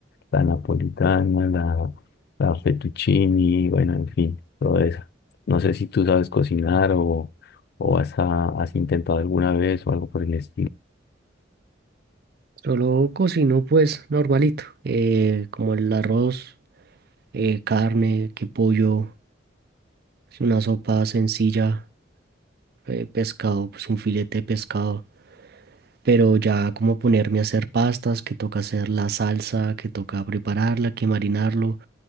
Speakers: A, on the left (about 55°); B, on the right (about 55°).
A: la napolitana, la, la fettuccini, bueno, en fin, todo eso. No sé si tú sabes cocinar o, o has, ah, has intentado alguna vez o algo por el estilo.
B: Solo cocino pues normalito, eh, como el arroz, eh, carne, que pollo, una sopa sencilla, eh, pescado, pues un filete de pescado. pero ya como ponerme a hacer pastas, que toca hacer la salsa, que toca prepararla, que marinarlo,